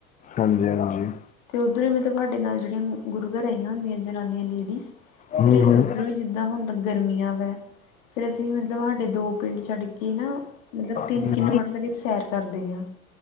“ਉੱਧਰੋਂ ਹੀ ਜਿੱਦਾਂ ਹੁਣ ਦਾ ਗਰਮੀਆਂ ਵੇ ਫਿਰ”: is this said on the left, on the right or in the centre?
Left